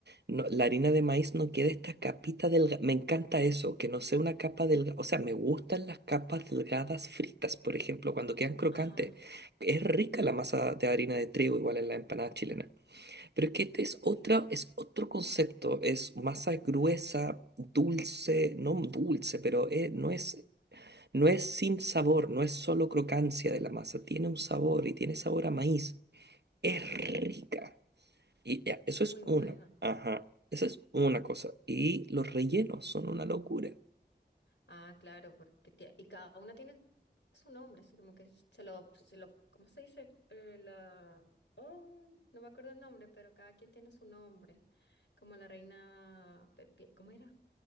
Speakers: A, on the right; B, on the left.
A: no- la harina de maíz no queda esta capita delgada. Me encanta eso, que no sea una capa delgada. O sea, me gustan las capas delgadas fritas, por ejemplo, cuando quedan crocantes.
B: Ajá,
A: Es rica la masa de harina de trigo, igual en la empanada chilena. Pero es que este es
B: sí.
A: otra, es otro concepto. Es masa gruesa, dulce, no dulce, pero eh, no es, no es sin sabor, no es solo crocancia de la masa. Tiene un sabor y tiene sabor a maíz. Es
B: Ujú.
A: rica. Y ya, eso
B: Es muy
A: es
B: buena.
A: una. Ajá, esa es una cosa. Y los rellenos son una locura.
B: Ah, claro, porque tie- y cada una tiene su nombre, así como que se lo, se lo, ¿cómo se dice? Eh, la, oh, no me acuerdo el nombre, pero cada quien tiene su nombre, como la reina Pepia, ¿cómo era?